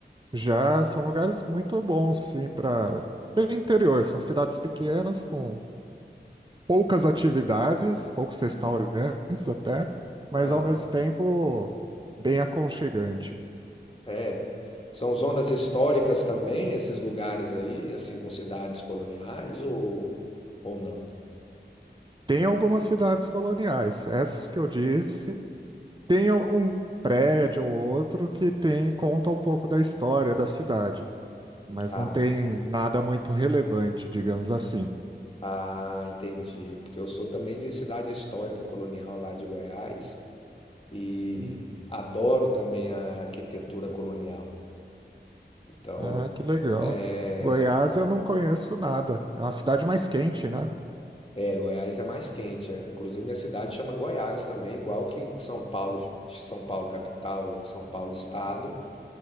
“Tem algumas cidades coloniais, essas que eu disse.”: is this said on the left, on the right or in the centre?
Right